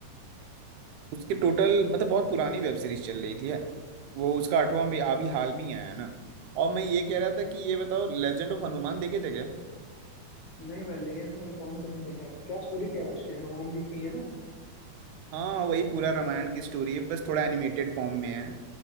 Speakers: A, on the right (about 80°); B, on the left (about 65°).
A: उसके टोटल मतलब बहुत पुरानी वेब सीरीज चल रही थी है वो उसका आठवां भी अभी हाल में ही आया है ना और मैं ये कह रहा था कि ये बताओ लेजेंड ऑफ हनुमान देखे थे क्या
B: नहीं भाई लेकिन हनुमान तो नहीं देखा है क्या स्टोरी क्या है उसकी हनुमान जी की है ना
A: हाँ वही पूरा रामायण की स्टोरी है बस थोड़ा एनिमेटेड फॉर्म में है